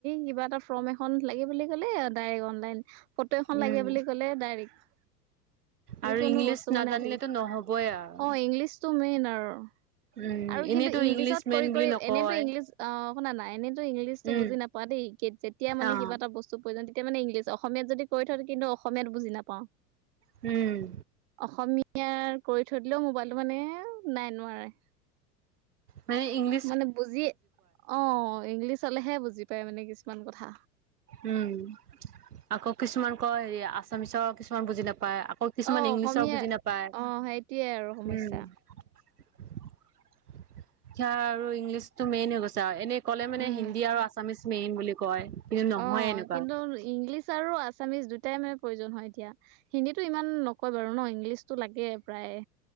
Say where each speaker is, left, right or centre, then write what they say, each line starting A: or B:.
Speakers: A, on the right; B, on the right.
A: কিবা এটা ফৰ্ম এখন লাগে বুলি ক'লে ডাইৰেক্ অনলাইন। ফটো এখন
B: উম
A: লাগে বুলি ক'লে ডাইৰেক্ট, যিকোনো
B: আৰু ইংলিছ
A: বস্তু মানে
B: নাজানিলেতো
A: আজি
B: নহবই আৰু
A: অ, ইংলিছ টো মেইন আৰু।
B: উম,
A: আৰু
B: এনেইতো
A: কিন্তু ইংলিছত
B: ইংলিছ মেন
A: কৰি
B: বুলি
A: কৰি
B: নকয়।
A: এনেতো ইংলিছ আহ, শুনা নাই এনেতো ইংলিছটো
B: উম,
A: বুজি নাপোৱা দেই যেতিয়া মানে
B: অ',
A: কিবা এটা বস্তু প্ৰয়ো তেতিয়াান ইংলিছ অসমীয়াত যদি কৈ থ কিন্তু অসমীয়াত বুজি নাপাওঁ।
B: উম,
A: অসমীয়াৰ কৰি থৈ দিলেও মোবাইলটো মানে নাই নোৱাৰে।
B: মে ইংল
A: মানে বুজি অ, ইংলিছ হলেহে বুজি পায় মানে কিছুমান কথা।
B: উম, আকৌ কিছুমান ক হেৰি আছামিছৰ কিছুমান বুজি নাপায় আকৌ কিছুমান
A: অ
B: ইংলিছৰ
A: অসমীয়া
B: বুজি নাপায়।
A: অ সেইটোয়ে আৰু সমস্যা
B: উম, শিক্ষা আৰু ইংলিছটো মেইন হৈ গৈছে আৰু এনে ক'লে মানে
A: উম
B: হিন্দী আৰু আছামিচ মেইন বুলি কয়। কিন্তু নহয়
A: অ,
B: এনেকুৱা।
A: কিন্তু ইংলিছ আৰু আছামিছ দুটাই মানে প্ৰয়োজন হয় এতিয়া। হিন্দীটো ইমান নকয় বাৰু ন ইংলিছতো লাগে প্ৰায়,